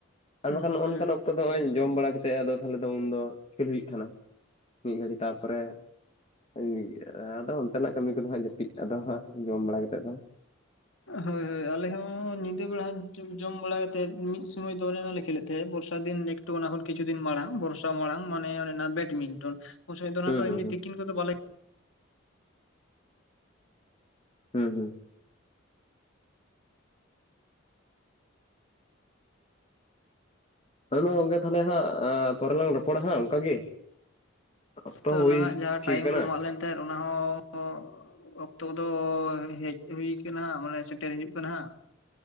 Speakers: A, on the left (about 30°); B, on the left (about 75°).
A: ᱟᱨᱵᱟᱠᱷᱟᱱ
B: ᱦᱳᱭ
A: ᱱᱚᱜ ᱱᱚᱝᱟᱱ
B: ᱦᱩᱸ
A: ᱚᱠᱛᱚ ᱫᱚ ᱱᱚᱜᱚᱭ ᱡᱚᱢ ᱵᱟᱲᱟ ᱠᱟᱛᱮ ᱟᱫᱚ ᱛᱟᱦᱚᱞᱮ ᱫᱚ ᱩᱱ ᱫᱚ ᱠᱷᱮᱞ ᱦᱩᱭᱩᱜ ᱛᱟᱦᱮᱸᱫ᱾ ᱢᱤᱫ ᱜᱷᱟᱹᱲᱤ ᱛᱟᱨᱯᱚᱨᱮ᱾ <unintelligible> ᱟᱫᱚ ᱚᱱᱛᱮᱱᱟᱜ ᱠᱟᱹᱢᱤ ᱠᱚᱫᱚ ᱦᱟᱸᱜ ᱡᱟᱹᱯᱤᱫ ᱟᱫᱚ ᱦᱟᱸᱜ ᱡᱚᱢ ᱵᱟᱲᱟ ᱠᱟᱛᱮᱫ ᱫᱚ
B: ᱦᱳᱭ ᱦᱳᱭ ᱟᱞᱮ ᱦᱚᱸ ᱧᱤᱫᱟᱹ ᱵᱮᱲᱟ ᱡᱚᱢ ᱵᱟᱲᱟ ᱠᱟᱛᱮᱫ ᱢᱤᱫ ᱥᱩᱢᱟᱹᱭ ᱫᱚ ᱚᱱᱮ ᱚᱱᱟ ᱞᱮ ᱠᱷᱮᱞᱮᱫ ᱛᱟᱦᱮᱸᱫ ᱵᱚᱨᱥᱟ ᱫᱤᱱ ᱚᱱᱟ ᱠᱷᱚᱱ ᱠᱤᱪᱷᱩ ᱫᱤᱱ ᱢᱟᱲᱟᱝ ᱵᱚᱨᱥᱟ ᱢᱟᱲᱟᱝ ᱢᱟᱱᱮ ᱚᱱᱮ ᱚᱱᱟ ᱵᱮᱴᱢᱤᱱᱴᱚᱱ ᱩᱱ ᱥᱩᱢᱟᱹᱭ ᱫᱚ ᱚᱱᱟ
A: ᱦᱩᱸ
B: ᱫᱚ
A: ᱦᱩᱸ ᱦᱩᱸ
B: ᱛᱤᱠᱤᱱ ᱠᱚᱫᱚ ᱵᱟᱞᱮ
A: ᱦᱩᱸ ᱦᱩᱸ ᱦᱮᱸ ᱢᱟ ᱜᱚᱝᱠᱮ ᱛᱟᱦᱚᱞᱮ ᱦᱟᱸᱜ ᱯᱚᱨᱮ ᱞᱟᱝ ᱨᱚᱯᱚᱲᱟ ᱦᱟᱸᱜ ᱚᱱᱠᱟ ᱜᱮ᱾ ᱚᱠᱛᱚ
B: ᱛᱳ
A: ᱦᱚᱸ
B: ᱟᱞᱟᱝᱟᱜ
A: ᱦᱩᱭ
B: ᱡᱟᱦᱟᱸ
A: ᱴᱷᱤᱠ
B: ᱴᱟᱭᱤᱢ
A: ᱟᱠᱟᱱᱟ
B: ᱠᱚ ᱮᱢᱟᱜ ᱞᱮᱱ ᱛᱟᱦᱮᱸᱫ ᱚᱱᱟᱦᱚᱸᱻ ᱚᱠᱛᱚ ᱠᱚᱫᱚ ᱦᱮᱡ ᱦᱩᱭ ᱠᱟᱱᱟ ᱦᱟᱸᱜ ᱢᱟᱱᱮ ᱥᱮᱴᱮᱨ ᱦᱤᱡᱩᱜ ᱠᱟᱱᱟ ᱦᱟᱸᱜ᱾